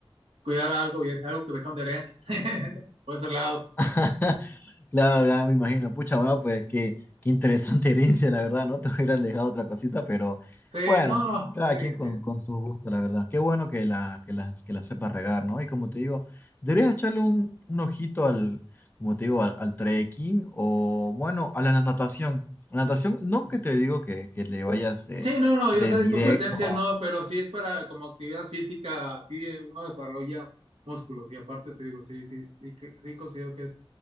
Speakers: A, on the right (about 80°); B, on the left (about 20°).
A: cuidar algo bien, algo que me dejaron de herencia, <laughs> por ese lado.
B: <laughs> Claro, claro, me imagino. Pucha, bueno, pues qué, qué interesante <laughs> herencia, la verdad, ¿no? <laughs> Te hubieran dejado otra cosita, pero
A: Sí,
B: bueno,
A: no, no,
B: cada
A: sí,
B: quien
A: así
B: con,
A: es.
B: con su gusto, la verdad. Qué bueno que la, que las que la sepa regar, ¿no? Y como te digo, deberías echarle un, un ojito al, como te digo, al, al trekking o, bueno, a la natación. La natación, no que te digo que, que le vayas de,
A: Sí, no, no,
B: de
A: yo sé de
B: directo
A: competencias, no, pero sí es para como actividad física, sí eh, uno desarrolla músculos y aparte te digo, sí, sí, sí, que- sí considero que es,